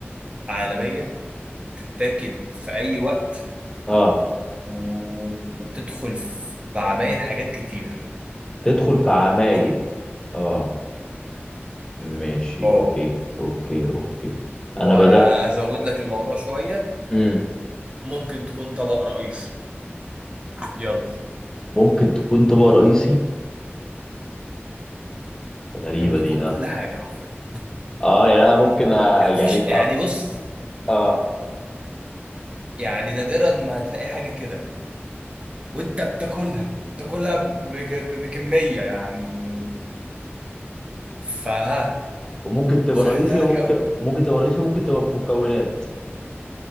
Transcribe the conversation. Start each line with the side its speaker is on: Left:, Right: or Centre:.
Right: عالميه بتتاكل في اي وقت
Left: آه
Right: و- وبتدخل في عمايل حاجات كتير
Left: تدخل في عمايل
Right: قوي
Left: آه ماشي
Right: اه
Left: أوكي أوكي أوكي
Right: وازود
Left: أنا بدأ
Right: لك الموضوع شويه
Left: مم.
Right: ممكن تكون طبق رئيسي يلا
Left: ممكن تكون طبق رئيسي غريبة
Right: يعني ممكن
Left: دي
Right: تكون كل
Left: أنا.
Right: حاجه حرفيا
Left: آه يعني أنا ممكن آه
Right: <laughs> مفيش
Left: يعني في
Right: يعني
Left: آه
Right: بص
Left: آه.
Right: يعني نادرا ما هتلاقي حاجه كده وانت بتاكلها بتاكلها ب- ب- بكميه يعني فها
Left: وممكن تبقى
Right: سهلتها
Left: رئيسي
Right: لك
Left: وممكن
Right: قوي
Left: ممكن تبقى رئيسي ممكن تبقى في مكونات